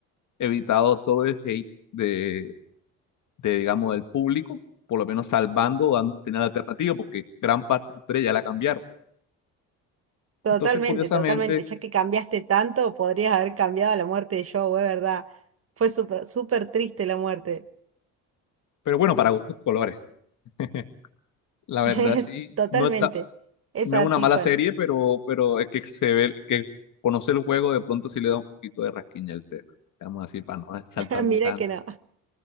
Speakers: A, on the left (about 60°); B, on the right (about 40°).
A: evitado todo el hate de, de, digamos, del público, por lo menos salvando o dando un final alternativo, porque gran parte de la historia ya la cambiaron.
B: Totalmente,
A: Entonces, curiosamente,
B: totalmente. Ya que cambiaste tanto, podrías haber cambiado la muerte de Joe, es verdad. Fue súper, súper triste la muerte.
A: pero bueno, para gustos colores. <laughs> La verdad,
B: <laughs> Es
A: sí,
B: totalmente.
A: no está,
B: Es
A: no
B: así,
A: es una mala
B: Juan.
A: serie, pero, pero es que se ve que conoce el juego de pronto sí le da un poquito de rasquiña el tema. Vamos así para no saltarme
B: <laughs> Mirá
A: tanto.
B: que no.